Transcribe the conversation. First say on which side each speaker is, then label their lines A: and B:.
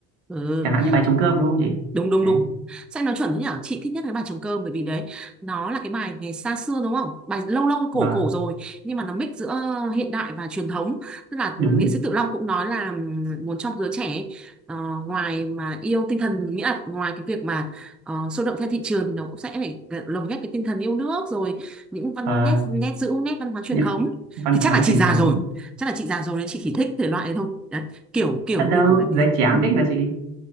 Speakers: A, in the centre; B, on the right (about 80°).
A: ừ
B: chẳng hạn như bài trống cơm đúng không chị
A: đúng đúng
B: đấy
A: đúng sách nó chuẩn thế nhở chị thích nhất cái bài trống cơm bởi vì đấy nó là cái bài ngày xa xưa đúng không bài lâu lâu cổ
B: và
A: cổ rồi nhưng mà nó mix giữa hiện đại và truyền thống tức là
B: đúng
A: ừ, nghệ sĩ Tự Long cũng nói là ừm, muốn trong giới trẻ ấy, ờ, ngoài mà yêu tinh thần nghĩa là ngoài cái việc mà ờ, sôi động theo thị trường thì nó cũng sẽ phải lồng ghép cái tinh thần yêu nước rồi những văn
B: và
A: nét nét giữ nét văn hóa truyền
B: những
A: thống
B: văn
A: thì
B: hóa
A: chắc là chị
B: truyền
A: già
B: thống
A: rồi chắc là chị già rồi nên chị chỉ thích thể loại này thôi đấy, kiểu kiểu
B: ở đâu
A: như của anh ấy
B: giới trẻ cũng thích mà chị